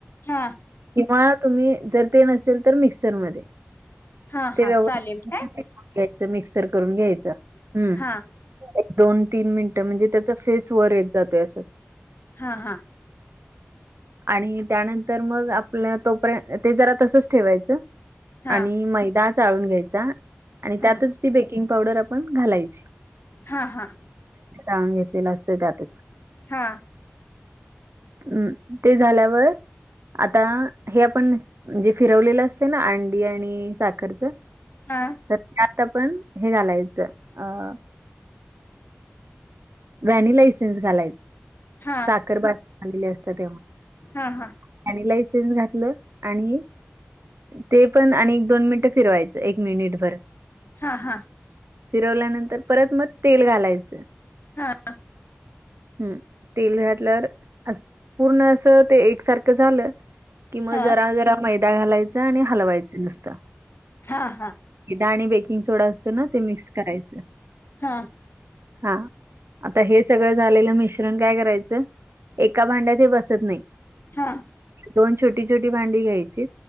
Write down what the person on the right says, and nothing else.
किंवा तुम्ही जर ते नसेल तर मिक्सरमध्ये
ते व्यवस्थित
मिक्सर करून घ्यायच हम्म
दोन तीन मिनट म्हणजे त्याचा फेस वर येत जातोय असं
आणि त्यानंतर मग आप तोपर्यंत ते जरा तसच ठेवायचं
आणि मैदा चाळून घ्यायचा आणि त्यातच
ती बेकिंग पावडर आपण घालायची
जाणून घेतलेलं असत त्यातच
हम् ते झाल्यावर आता हे आपणणजे फिरवलेलं असत ना अंडी आणि साखरचं
तर ते आता पण हे घालायचं अ व्हॅनीलायसेनस घालायच
साखर बाज झालेले असत तेव्हा
त्यानी लायसेन्स घातलं आणि ते पण आणि एक दोन मिनिटं फिरवायचं एक मिनिट भर
फिरवल्यानंतर परत मग तेल घालायचं
हम् तेल घातल्यावर पूर्ण असं ते एकसारखं झालं कि मग
जरा जरा मैदा घालायचं आणि हलवायचं नुसतं
दा आणि बेकिंग सोडा असतो ना ते मिक्स करायचं
हा आता हे सगळं झालेलं मिश्रण काय करायचं एका भांड्यात हे बसत नाही
दोन छोटी छोटी भांडी घ्यायची